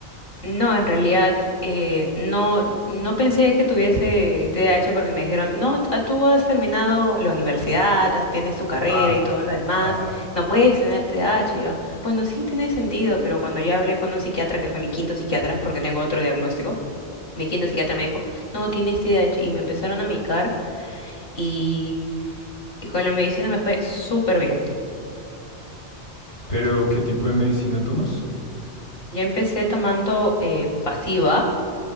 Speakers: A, on the left (about 55°); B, on the left (about 85°).
A: No, en realidad eh, no, no pensé que tuviese TDAH porque me dijeron, no, t- tú has terminado la universidad, has- tienes tu carrera
B: Ah,
A: y todo lo demás,
B: ajá.
A: no puedes tener TDAH. Y yo, bueno, sí tiene sentido, pero cuando yo hablé con un psiquiatra, que fue mi quinto psiquiatra, porque tengo otro diagnóstico, mi quinto psiquiatra me dijo, no, tienes TDAH. Y me empezaron a medicar y, y con la medicina me fue súper bien.
B: Pero, ¿qué tipo de medicina tomas?
A: Yo empecé tomando eh, pasiva.